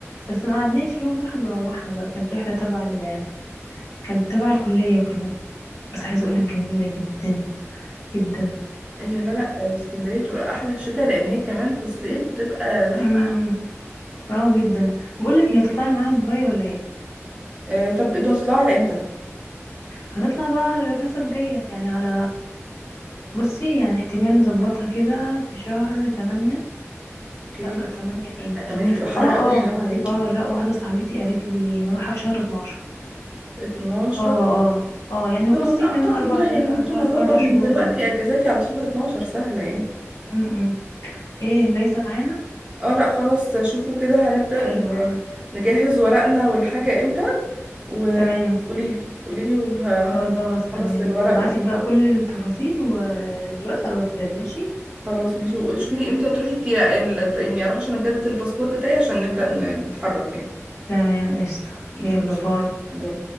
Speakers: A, on the left; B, on the right.
A: بس ما قعدناش يوم واحد وروحنا بقى كانت رحله تبع ال... كانت تبع الكليه وكده بس
B: ايوه
A: عايزه اقول لك جميله جدا جدا
B: أيوة، لا لا اسكندريه بتبقى احلى في الشتاء لان هي كمان في الصيف بتبقى زحمه
A: امم اه جدا بقول لك هتطلعي معانا دبي ولا ايه
B: آه طب انتوا هتطلعوا على امتى
A: هنطلع بقى على الاجازه الجايه يعني على بصي يعني احتمال نظبطها كده في شهر تمانية
B: اوكي
A: لا تمانية ايه
B: 8 تبقى حر
A: اه اه
B: قوي حرام عليكي
A: اه لا واحده صاحبتي قالت لي نروحها في شهر 12
B: 12
A: اه اه اه يعني
B: طبعا
A: بصي
B: اعتقد
A: كمان اربع
B: لا يعني
A: اربع
B: ممكن اظبط
A: اربع شهور
B: من دلوقتي
A: كده
B: اجازاتي على شهر 12 سهله يعني
A: امم ايه دايسه معانا
B: اه لا خلاص شوفوا كده هنبدأ
A: حلو
B: ن-
A: قوي
B: نجهز ورقنا والحاجة امتى وقولي
A: تمام
B: لي قولي لي وهروح
A: خلاص تمام
B: اخلص الورق
A: هبعتلك
B: و-
A: بقى كل التفاصيل ودلوقتي على الواتساب ماشي
B: خلاص ماشي وقولي شوفي لي امتى هتروحي تي- ال- يعني اروح عشان اجدد الباسبور بتاعي عشان نبدأ نتحرك يعني
A: تمام قشطه
B: مم.
A: يلا باي
B: باي.